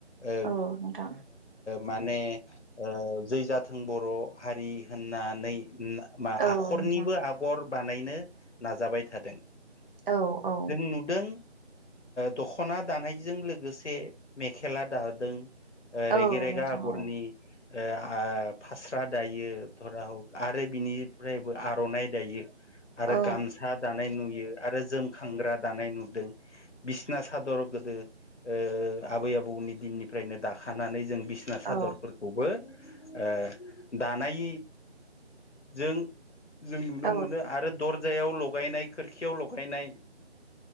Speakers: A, on the left; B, on the right.
A: ओ
B: औ नोंथां
A: माने ओ जै जाथों बर हारि होननानै मा
B: औ
A: आखरनिबो
B: नोंथां
A: आगर बानायनो नाजाबाय थादों
B: औ औ
A: जों नुदों दखना दानायजों लोगोसे मेखेला दादों
B: औ
A: रेग रेगा
B: नोंथां
A: आगरनि
B: औ
A: ओ आ फास्रा दायो धरा हक आरो बिनिफ्रायबो आरनाइ दायो आरो
B: औ
A: गामसा दानाय नुयो आरो जोमखांग्रा दानाय नुदों बिसना सादर गोदो ओ आबै आबौनि दिननिफ्रायनो दाखानानै जों बिसना
B: औ
A: सादरफोरखौबो ओ दानाय जों जों नुनो
B: औ
A: मोनो आरो दरजायाव लगायनाय खोरखियाव लगायनाय